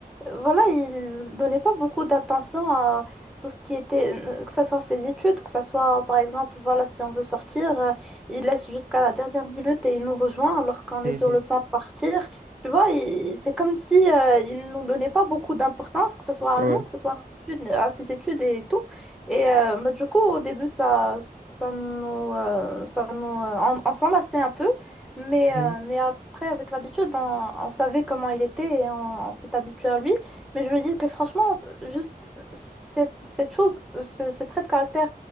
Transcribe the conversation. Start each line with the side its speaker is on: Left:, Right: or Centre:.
Centre: voilà, il donnait pas beaucoup d'attention à tout ce qui était, euh, que ce soit ses études, que ce soit, par exemple, voilà, si on veut sortir, euh, il laisse jusqu'à la dernière minute et il nous rejoint alors qu'on
Right: mhm,
Centre: est sur le point de partir. Tu vois, il- c'est comme si, euh, il nous donnait pas beaucoup d'importance, que ce soit
Right: ouais.
Centre: à nous, que ce soit études- à ses études et tout. Et euh, bah, du coup, au début, ça, ça nous, euh, ça nous, euh, on, on s'enlaçait un peu, mais,
Right: Mhm,
Centre: euh, mais après, avec l'habitude, on, on savait comment il était et on, on s'est habitué à lui. Mais je lui dis que franchement, euh, juste euh, cette, cette chose, euh, ce, ce trait de caractère